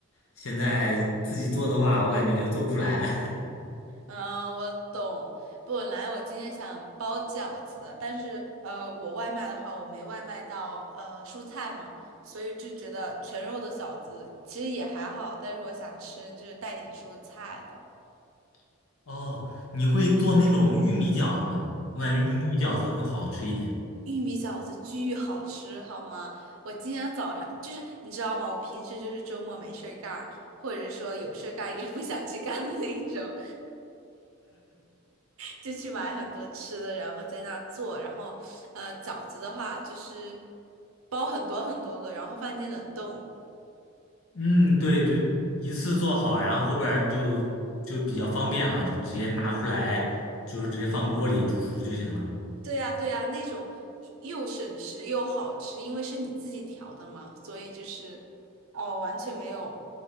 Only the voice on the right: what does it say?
嗯，我懂。本来我今天想包饺子的，但是呃，我外卖的话，我没外卖到呃蔬菜嘛，所以就觉得全肉的饺子其实也还好，但是我想吃就是带点蔬菜的。
玉米饺子巨好吃，好吗？我今天早上就是你知道吗？我平时就是周末没事儿干，或者是说有事儿干也不想去干的那一种。就去买很多吃的，然后在那做。然后，呃，饺子的话就是包很多很多个，然后放进冷冻。
对呀，对呀，那种一又省时又好吃，因为是你自己调的嘛，所以就是，哦，完全没有，